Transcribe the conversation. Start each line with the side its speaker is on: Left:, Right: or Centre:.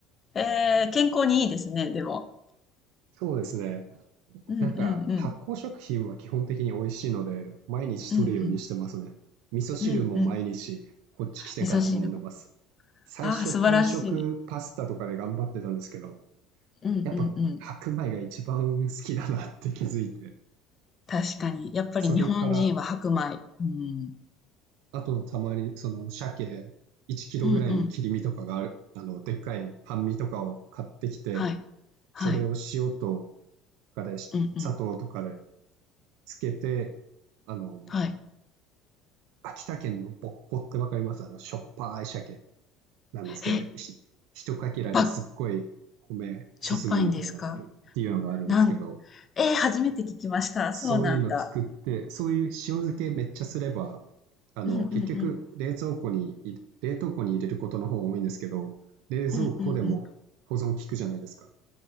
Left: えー、健康にいいですね、でも。
Right: そうですね。
Left: うんうんうん。
Right: なんか発酵食品は基本的に美味しいので、毎日取るようにしてますね。
Left: うん
Right: 味噌汁も毎日、
Left: うん。うんうん。
Right: こっち来てからも飲んでます。
Left: 味噌汁も。
Right: 最初パン食パスタとかで頑張ってたんですけど、
Left: ああ、素晴らしい。うんうんうん。
Right: やっぱ白米が一番好きだなって気づいて、
Left: 確かに。やっぱり日本人は白米。
Right: それから
Left: うん。
Right: あと、たまに、その、鮭1キロぐらいの切り身とかがある、
Left: うんうん。
Right: あの、でっかい半身とかを買ってきて、
Left: はい。はい。
Right: それを塩とかで、し砂糖とかで
Left: うんうん。
Right: つけて、あの、
Left: はい。
Right: 秋田県のぼっこってわかりますあの、しょっぱい鮭なんですけど、
Left: え、
Right: ひ、一かけらですっごい米進むみたいなのあるっていうのがあるんですけど、
Left: ば、しょっぱいんですかなん、えー初めて聞きました。
Right: そういうの作って、
Left: そうなんだ。
Right: そういう塩漬けめっちゃすれば、あの、
Left: うんうんうん。
Right: 結局冷蔵庫にい、冷凍庫に入れることの方が多いんですけど、冷蔵庫でも保存効くじゃないですか。
Left: うんうんうん。